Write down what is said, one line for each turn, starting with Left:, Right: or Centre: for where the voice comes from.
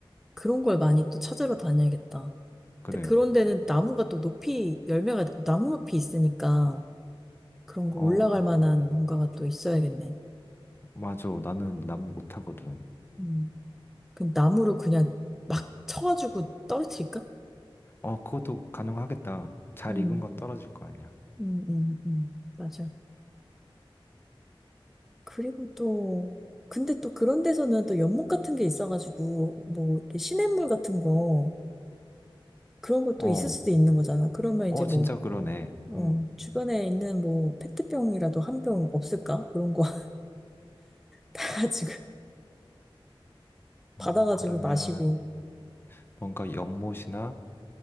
Centre: 그런 걸 많이 또 찾으러 다녀야겠다.
Left: 그래.
Centre: 근데 그런 데는 나무가 또 높이, 열매가 나무 높이 있으니까 그런 거
Left: 어,
Centre: 올라갈 만한 뭔가가 또 있어야겠네.
Left: 맞아. 나는 난 못하거든.
Centre: 음. 그럼 나무로 그냥 막 쳐가지고 떨어뜨릴까?
Left: 어, 그것도 가능하겠다. 잘
Centre: 음,
Left: 익은 건 떨어질 거 아니야.
Centre: 음, 음, 음, 맞아. 그리고 또, 근데 또 그런 데서는 또 연못 같은 게 있어가지고, 뭐, 이렇게 시냇물 같은 거, 그런 것도
Left: 어,
Centre: 있을 수도 있는 거잖아. 그러면 이제
Left: 어,
Centre: 뭐,
Left: 진짜 그러네.
Centre: 어,
Left: 음.
Centre: 주변에 있는 뭐 페트병이라도 한 병 없을까? 그런 거 <laughs> 다 가지고 받아가지고
Left: 어, 그러면
Centre: 마시고
Left: 뭔가 연못이나